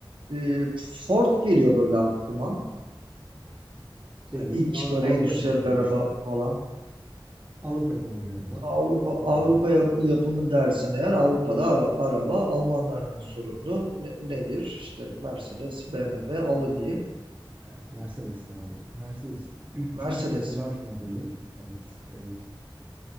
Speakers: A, on the right; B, on the right.
A: Ee, Ford geliyor böyle aklıma.
B: Değil.
A: Yani ilk
B: Daha
A: böyle
B: Avrupa
A: endüstriyel
B: yapımı gibi
A: araba
B: düşün.
A: falan.
B: Avrupa yapımı bir araba.
A: Avrupa
B: Kopya
A: Avrupa
B: vereyim.
A: yap- yapımı dersen eğer Avrupa'da ara- araba Almanlardan sorumlu. Ne- nedir? İşte Mercedes, BMW, Audi.
B: Evet, Mercedes'ti abi. Mercedes'in 300
A: Mercedes
B: SLR
A: var.
B: modeli. Evet, e,